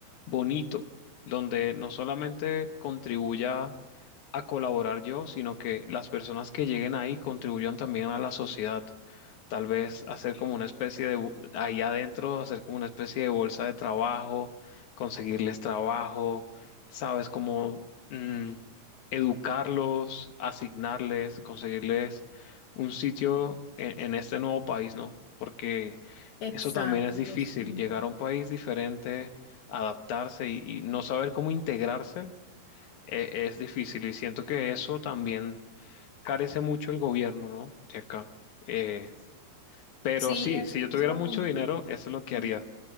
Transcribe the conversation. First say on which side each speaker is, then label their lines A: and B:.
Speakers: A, on the left; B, on the left.
A: bonito, donde no solamente contribuya a colaborar yo, sino que las personas que lleguen ahí contribuyan también a la sociedad. Tal vez hacer como una especie de, bu- ahí adentro, hacer como una especie de bolsa de trabajo, conseguirles trabajo, sabes, como mm, educarlos, asignarles, conseguirles un sitio en, en este nuevo país, ¿no? Porque
B: Exacto,
A: eso también es difícil,
B: sí.
A: llegar a un país diferente, adaptarse y, y no saber cómo integrarse e- es, difícil. Y siento que eso también carece mucho el gobierno, ¿no? De acá. Eh, pero
B: Sí,
A: sí,
B: es,
A: si yo tuviera
B: es bonito.
A: mucho dinero, eso es lo que
B: Ujú.
A: haría.